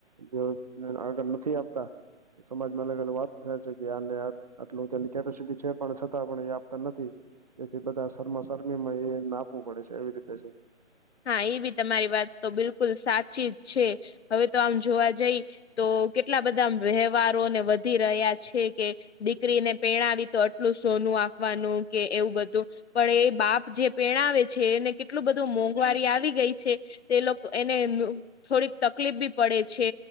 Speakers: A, on the right; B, on the left.
A: જે આગળ નથી આપતા સમાજમાં અલગ અલગ વાત થાય છે કે આ આટલુંની કેપેસિટી છે પણ પણ એ આપતા નથી એથી બધા શમાસરમી માં એ આપવું પડે છે એવી રીતે છે.
B: હા એ બી તમારી વાત તો બિલકુલ સાચી જ છે હવે તો આમ જોવા જઈ તો કેટલા બધા વ્યવહરોને વધી રહ્યા છે કે દીકરીને પણાવી તો આટલું સોનું આપવાનું કે એવું બધું પણ એ બાપ જે પેણાવે છે એને કેટલું બધું મોંઘ ઘવારી આવી ગઈ છે તે લોકો એને થોડીક તકલીફ બી પડે છે.